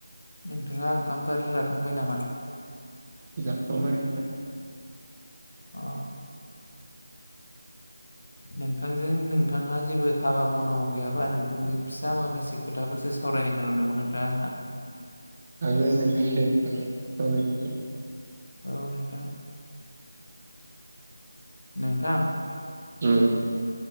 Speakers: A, on the left; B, on the right.
A: नोंथाङा ओंखामफोर जाखांबाय नामा
B: जाखांबाय नोंथां
A: अ नोंथांजों नोंथांहा जेबो हाबा मावनांगौ गैयाबा नोंथांजों फिसा माखासे खोथाफोरसो साव सावरायनो गोनां दंमोन नोंथां आहा
B: हागोन नोंथां दे
A: औ नोंथां नोंथां
B: ओम